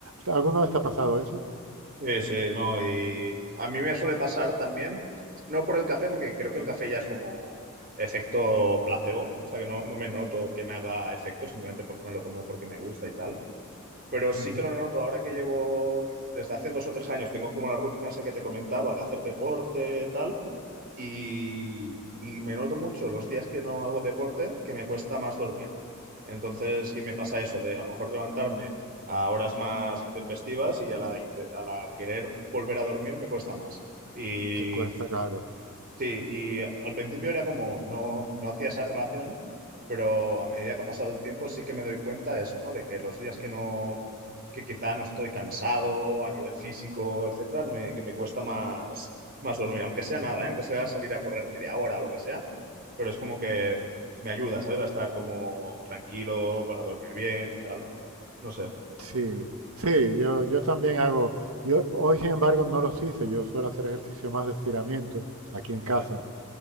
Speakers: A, on the right; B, on the right.
A: ¿alguna vez te ha pasado eso?
B: Sí, sí, no. Y a mí me suele pasar también, no por el café, porque creo que el café ya es como efecto placebo. O sea, que no, no me noto que me haga efecto, simplemente porque me lo tomo porque me gusta y tal. Pero sí
A: Ujú,
B: que lo noto ahora que llevo, desde hace dos o tres años, tengo como la rutina esa que te comentaba de hacer deporte, tal, y, y me noto mucho los días que no hago deporte que me cuesta más dormir. Entonces, sí me pasa eso de a lo mejor levantarme a horas más intempestivas y a la, inte- a la querer volver a dormir me cuesta más. Y
A: Te cuesta caro.
B: Sí, y al principio era como no, no hacía esa relación, pero a medida que ha pasado el tiempo sí que me doy cuenta de eso, ¿no? De que los días que no, que quizá no estoy cansado a nivel físico, etcétera, me- que me cuesta más, más dormir, aunque sea nada, ¿eh? Aunque sea salir a correr media hora o lo que sea, pero es como que me ayuda, ¿sabes? A estar como tranquilo para dormir bien y tal. No sé,
A: Sí, sí, yo, yo también hago, yo hoy sin embargo no los hice, yo suelo hacer ejercicio más de estiramiento aquí en
B: vale.
A: casa.